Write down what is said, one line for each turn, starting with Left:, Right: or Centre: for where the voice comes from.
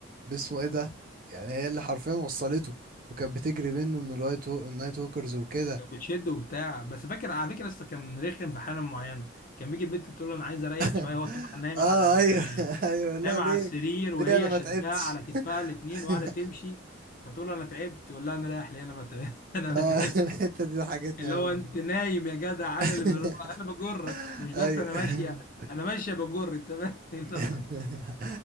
Right: باسمه ايه ده يعني هي اللي حرفيا وصلته وكانت بتجري منه من الوايت هو... النايت ووكرز وكده
Left: كانت بتشد وبتاع بس فاكر على فكرة لسه كان رخم في حالة معينة كان بيجي البنت تقول له أنا عايز أريح
Right: <laughs>
Left: شوية هو طبعا نايم
Right: اه
Left: على ال
Right: ايوه <laughs> ايوه لا
Left: نايم على
Right: ليه
Left: السرير وهي
Right: ليه انا ما
Left: شداه
Right: تعبتش
Left: على كتفها
Right: <laughs>
Left: الاتنين وقاعدة تمشي فتقول له أنا تعبت تقول لها أنا رايح ليه أنا ما تعبت <laughs> أنا
Right: اه
Left: ما تعبتش
Right: الحته دي ضحكتني
Left: اللي
Right: اوي
Left: هو انت
Right: والله
Left: نايم يا جدع
Right: <laughs>
Left: انا اللي بر... انا بجرك مش بس
Right: ايوه
Left: انا ماشيه انا ماشيه بجر انت فاهم؟
Right: <laughs>
Left: <laughs> لا